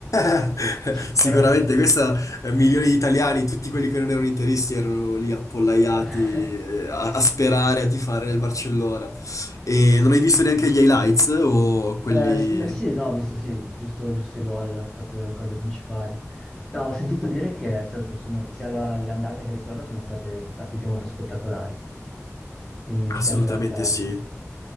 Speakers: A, on the left; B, in the centre.
A: <laughs>
B: <laughs>
A: Sicuramente
B: Però...
A: questa, eh, milioni di italiani, tutti quelli che non erano interisti erano lì appollaiati
B: <laughs>
A: eh, a, a sperare, a tifare nel Barcellona. E non hai visto neanche gli highlights o quelli...
B: Eh, s- no, sì, no, ho visto, sì, giusto, giusto i gol, proprio le cose principali. No, ho sentito dire che è stato- sono- sia la- l'andata che il ritorno sono state partite molto spettacolari, quindi mi
A: Assolutamente
B: dispiace averle perse.
A: sì.